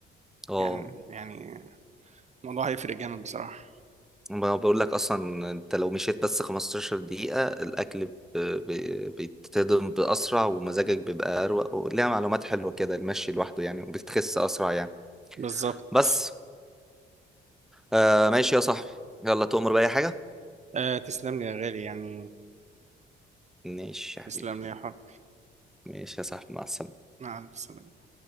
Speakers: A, in the centre; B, on the right.
A: اه
B: يعني يعني الموضوع هيفرق جامد بصراحة
A: ما بقول لك اصلا انت لو مشيت بس 15 دقيقة الاكل ب- ب- بيتهضم باسرع ومزاجك بيبقى اروق وليها معلومات حلوة كده المشي لوحده يعني وبتخس اسرع يعني
B: بالظبط
A: بس آه ماشي يا صاحبي يلا تؤمر بأي حاجة
B: آه تسلم لي يا غالي يعني
A: ماشي يا
B: تسلم
A: حبيبي
B: لي يا حب
A: ماشي يا صاحبي مع السلامة
B: مع ألف سلامة